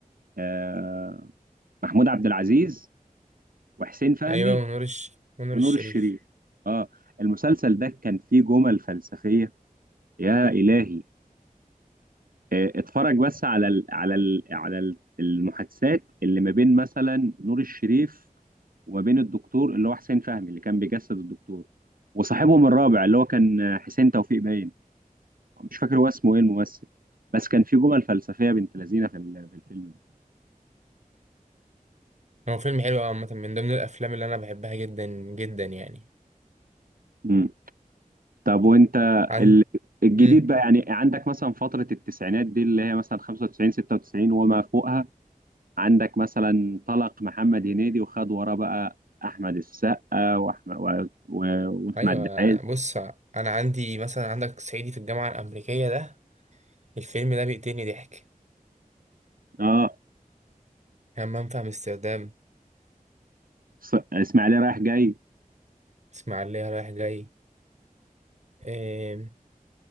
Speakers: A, on the right (about 75°); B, on the right (about 50°).
A: آه محمود عبد العزيز وحسين فهمي
B: ايوه ونور الش... ونور
A: ونور
B: الشريف
A: الشريف اه المسلسل ده كان فيه جمل فلسفية يا إلهي آه، اتفرج بس على ال على ال على ال- المحادثات اللي ما بين مثلا نور الشريف وما بين الدكتور اللي هو حسين فهمي اللي كان بيجسد الدكتور وصاحبهم الرابع اللي هو كان آه، حسين توفيق باين مش فاكر هو اسمه ايه الممثل بس كان في جمل فلسفية بنت لذينة في ال- في الفيلم ده
B: هو فيلم حلو أوي عامة من ضمن الافلام اللي انا بحبها جدا جدا يعني
A: مم. طب وانت
B: عند
A: ال- الجديد
B: امم
A: بقى يعني عندك مثلا فترة التسعينات دي اللي هي مثلا 95 96 وما فوقها عندك مثلا طلق محمد هنيدي وخد وراه بقى احمد السقا واحمد و- و- واحمد
B: ايوه
A: عز
B: بص انا عندي مثلا عندك صعيدي في الجامعة الامريكية ده الفيلم ده بيقتلني ضحك
A: اه
B: همام في امستردام
A: ص- اسماعيليه رايح جاي
B: اسماعيلية رايح جاي إيه...